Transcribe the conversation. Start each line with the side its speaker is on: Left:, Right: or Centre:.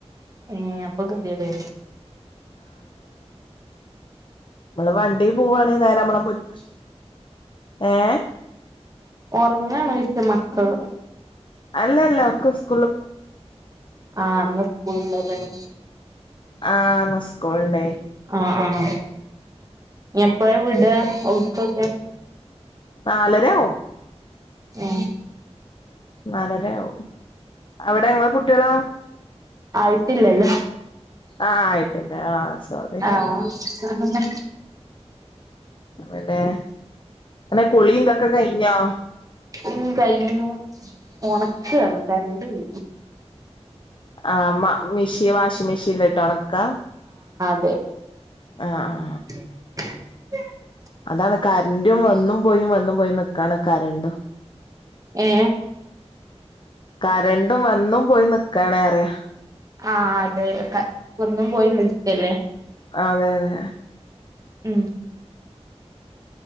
Right: ഏഹ് അപ്പൊ കെതീടേ
Left: മ്മള് വണ്ടി പോവാണെങ്കി നേരെ അമ്മളെ മുറ്റ് ഏ
Right: ഒർങ്ങാണോയ്ച്ച മക്കള്
Left: അല്ല അല്ല ഒക്കെ സ്
Right: ആഹ് ഇന്ന് സ്കൂളണ്ടല്ലേലേ
Left: ആഹ് ഇന്ന് സ്കൂളുണ്ടേ
Right: ആഹ്. ആഹ് എപ്പോഴാ വിട അവ്ടുത്തൊക്കെ?
Left: നാല രാവും
Right: ഏേ
Left: നല്ലരയാവും അവിടെ ഇങ്ങളെ കുട്ടി ളോ?
Right: ആയിട്ടില്ലല്ലോ
Left: ആഹ ആയിട്ട പിന്നെ ആ സോറി
Right: ആഹ്
Left: എബിടെ അെ കുളി ഇന്തൊക്കെ കഴ്ഞ്ഞോ
Right: ഇ കഴിഞ്ഞു ഉണക്കാണ് കരണ്ടില്ല
Left: ആ മിഷി വാഷിംഗ മെഷീനിലിട്ട് ഉണക്കാ
Right: <unintelligible>
Left: ആഹ ആ
Right: <unintelligible>
Left: അതാണ് കരന്റും വന്നും പോയി വന്നും പോയി നിക്കാണ് കരന്റും
Right: ഏ
Left: കരന്റും വന്നും പോയി നിക്കാണ് പറിയ
Right: ആഹ അതെ വന്നും പോയി നിൽക്കല്ലേ
Left: അതെ അതെ
Right: ഉം